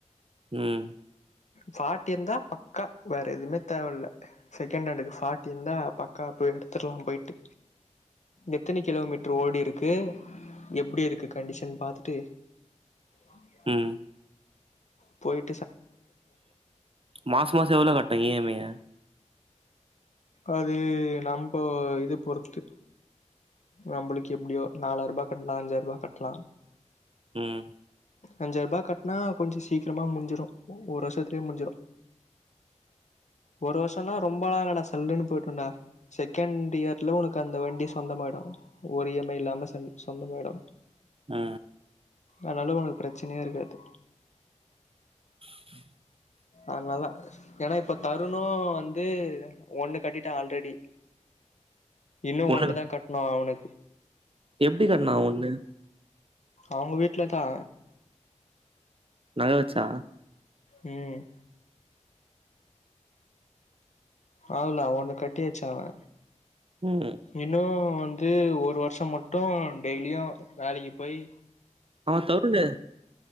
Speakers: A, on the right (about 50°); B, on the left (about 70°).
A: ம்
B: ஃபாட்டிருந்தா பக்கா வேற எதுமே தேவல்ல செகண்டு ஹேண்டுக்கு ஸ் ஃபாட்டி இந்தா பக்கா போய் எடுத்துர்லாம் போய்ட்டு எத்தினி கிலோமீட்ரு ஓடிருக்கு எப்டி இருக்கு கண்டிஷன் பாத்துட்டு ஆய
A: ம்
B: <inaudible> போய்
A: மாச மாசோ எவ்ளோ கட்டிங்க இ எம் ஐ ய
B: அது நம்போ இது பொருத்து நம்புளுக்கு எப்டியோ நாலாய்ர்பா கட்னா அஞ்சாய்ர்பா கட்லா
A: ம்
B: அஞ்சாய்ர்பா கட்னா கொஞ்சொ சீக்கிரமா முன்ஞ்சிரு ஒரு வர்ஷத்லியே முன்ஞ்சிரு ஒரு வருஷன்னா ரொம்பலா இல்லடா ஸ் அல்லுனு போயிடுண்டா செகண்ட் இயர்ல உனுக்கு அந்த வண்டி சொந்தமாய்டு ஒரு இ எம் ஐ இல்லாம சந் சொந்தமாய்டு
A: அ
B: அனால உனக் பிரச்சனையே இருக்காது
A: <inaudible>
B: அதுனால ஏனா இப்ப தருணு வந்து ஒண்ணு கட்டிட்டா ஆல்ரெடி இன்னு
A: ஒண்ணு
B: ஒண்ணுதா கட்ணு அவுனு
A: எப்டி கட்னா அவ வந்து
B: அவுங்க வீட்லத்தா
A: நக வெச்சா
B: ம் அவுள்தா ஒண்ணு கட்டியாச்சு அவே
A: ம்
B: இன்னு வந்து ஒரு வர்ஷம் மட்டு டெய்லியு வேலைக்கி போயி
A: ஆ தருணு